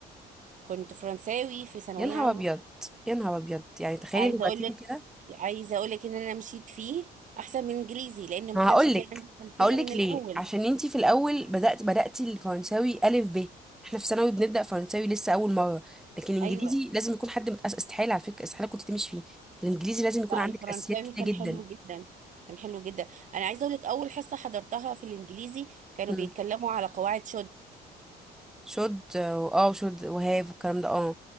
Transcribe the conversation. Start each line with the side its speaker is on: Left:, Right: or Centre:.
Right: كنت فرنساوي في ثانويه
Centre: يا نهار
Right: عامه
Centre: ابيض يا نهار ابيض يعني تخيلي
Right: عايزه
Centre: لغتين
Right: اقولك
Centre: كده
Right: عايزه اقولك ان انا مشيت فيه احسن من انجليزي لان
Centre: ما
Right: ما كانش
Centre: هقول
Right: فيه
Centre: لك
Right: عندي خلفيه
Centre: هقول لك
Right: من الاول
Centre: ليه عشان انت في الاول بدات بداتي الفرنساوي الف ب احنا في ثانوي بنبدا فرنساوي لسه اول مره لكن الانجليزي
Right: ايوه
Centre: لازم يكون حد متأسس استحاله على فكره استحاله كنت تمشي فيه الانجليزي لازم يكون
Right: لا
Centre: عندك
Right: الفرنساوي
Centre: اساسيات كتير
Right: كان
Centre: جدا
Right: حلو جدا كان حلو جدا انا عايزه اقول لك اول حصه حضرتها في الانجليزي كانوا
Centre: إمم.
Right: بيتكلموا على قواعد شد
Centre: شد اه وشد وهاف والكلام ده اه